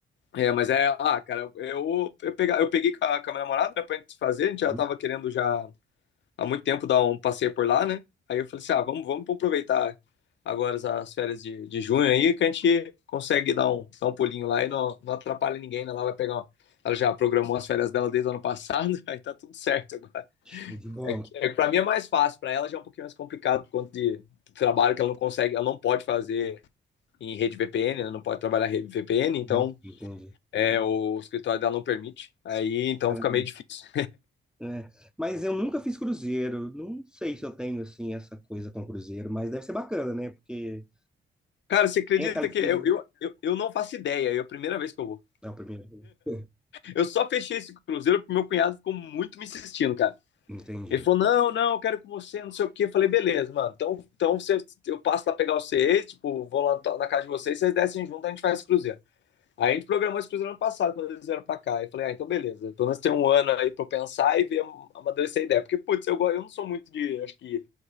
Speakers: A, on the left; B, in the centre.
A: É, mas é, ah, cara, eu eu, eu, pega- eu peguei com a, com a minha namorada, né, pra gente fazer, a gente já
B: Uhum.
A: tava querendo já há muito tempo dar um passeio por lá, né? Aí eu falei assim, ah, vamos, vamos aproveitar agora as férias de, de junho aí, que a gente consegue dar um, dar um pulinho lá e não, não atrapalha ninguém, né? Ela vai pegar uma... Ela já programou as férias dela desde o ano passado, <laughs> aí tá tudo certo agora.
B: Show de bola.
A: É, que- é, pra mim é mais fácil, pra ela já é um pouquinho mais complicado por conta de trabalho que ela não consegue, ela não pode fazer em rede VPN, ela não pode trabalhar em rede VPN, então
B: Nossa, entendi.
A: é,
B: Tá.
A: o escritório dela não permite, aí então
B: Caramba.
A: fica meio difícil.
B: É. Mas eu nunca fiz cruzeiro. Não sei se eu tenho, assim, essa coisa com cruzeiro, mas deve ser bacana, né? Porque
A: Cara, você acredita
B: tem aquela experiência.
A: que eu, eu, eu, eu não faço ideia, é a primeira vez que eu vou.
B: É o primeiro. <laughs>
A: Eu só fechei esse cruzeiro porque meu cunhado ficou muito me insistindo, cara.
B: Entendi.
A: Ele falou: não, não, eu quero com você, não sei o quê. Eu falei, beleza, mano. Então, então você, eu passo lá pegar vocês, tipo, vou lá na casa de vocês, vocês descem junto, a gente faz esse cruzeiro. Aí a gente programou esse cruzeiro ano passado, quando eles vieram pra cá. Eu falei, ah, então beleza. Pelo menos tem um ano aí pra eu pensar e ver amadurecer a ideia. Porque, putz, eu, eu não sou muito de, acho que,